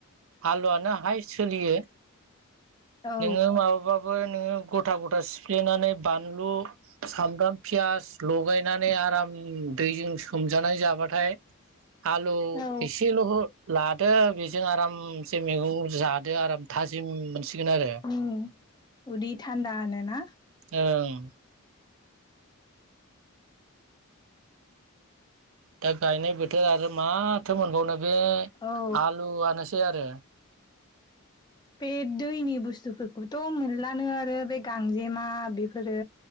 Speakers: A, on the right; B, on the left.
A: आलुआनो हायस सोलियो
B: औ
A: नोङो माबाबा नोङो गथा गथा सिफ्लेनानै बानलु सामब्राम पियास लगायनानै आरा म दैजों सोमजानाय जाबाथाय आलु
B: औ
A: एसेल' लादो बेजों आरामसे मैगं जा दो आराम थाजिम मोनसिगोन आरो
B: उम उदै थान्दा नो ना?
A: ओं दा गायनाय बोथोर आरो मा? थो मोनबावनो बे
B: औ
A: आलु आनोसै आरो।
B: बे दैनि बुस्थुफोरखौथ' मोनलानो आरो बे गांजेमा बेफोरो